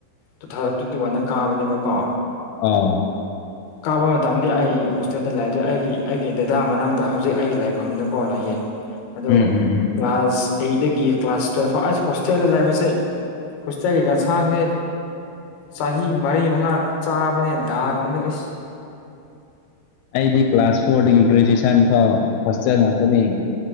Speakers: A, on the left (about 70°); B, on the left (about 85°).
A: ꯇꯨ ꯊꯥꯎꯖꯟ ꯇ꯭ꯋꯦꯟꯇꯤ ꯋꯥꯟꯗ ꯀꯥꯕꯅꯦꯕꯀꯣ
B: ꯑꯣ
A: ꯀꯥꯞꯕ ꯃꯇꯝꯗꯤ ꯑꯩ ꯍꯣꯁꯇꯦꯜꯗ ꯂꯩꯔꯦ ꯑꯩꯒꯤ ꯑꯩꯒꯤ ꯗꯦꯗꯥ ꯃꯅꯥꯛꯇ ꯍꯧꯖꯤꯛ ꯑꯩ ꯂꯩꯐꯝꯗ ꯀꯣ ꯂꯩꯌꯦ꯫ ꯑꯗꯣ
B: ꯎꯝ ꯎꯝ ꯎꯝ
A: ꯀ꯭ꯂꯥꯁ ꯑꯩꯗꯒꯤ ꯀ꯭ꯂꯥꯁ ꯇꯨꯌꯦꯦꯜꯞ ꯐꯥꯎ ꯑꯁ ꯍꯣꯁꯇꯦꯜꯗ ꯂꯩꯕꯁꯦ ꯍꯣꯁꯇꯦꯜꯒꯤ ꯒꯟꯁꯥꯡꯁꯦ꯫ ꯆꯍꯤ ꯃꯔꯤ ꯃꯉꯥ ꯆꯥꯕꯅꯦ ꯥꯒꯨꯝꯕꯁ
B: ꯑꯩꯗꯤ ꯀ꯭ꯂꯥꯁ ꯐꯣꯔꯗꯒꯤ ꯒ꯭ꯔꯦꯖꯨꯌꯦꯁꯟ ꯐꯥꯎ ꯍꯣꯁꯇꯦꯜ ꯉꯥꯛꯇꯅꯤ꯫